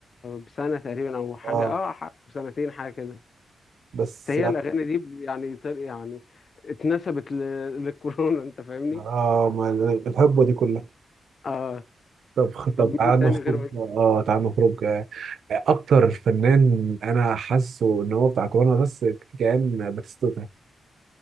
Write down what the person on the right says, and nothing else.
اه
بس
اه ما ال- الحقبة دي كلها
طب خ- طب
تعال
نخرج
اه تعال نخرج آه، أكتر فنان أنا حاسه إن هو بتاع كورونا بس كان باتيستوتا